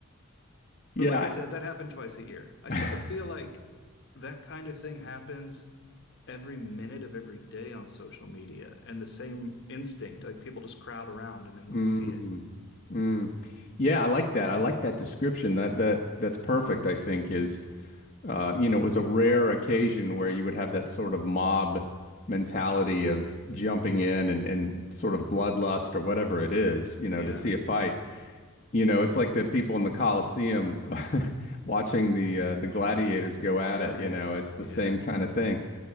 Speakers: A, on the left; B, on the left.
A: Yeah.
B: But like I said, that happened twice a year. I
A: <laughs>
B: sort of feel like that kind of thing happens every minute of every day on social media and the same instinct, like people just crowd around and they want
A: Mm,
B: to see it.
A: mm. Yeah, I like that. I like that description. That that that's perfect, I think, is uh, you know, it was a rare occasion where you would have that sort of mob mentality of jumping in and, and sort of bloodlust or whatever it is, you know,
B: Yeah,
A: to see a fight. You know, it's like the people in the Coliseum <laughs> watching the uh, the gladiators go at
B: right.
A: it, you know, it's the
B: Yeah.
A: same kind of thing.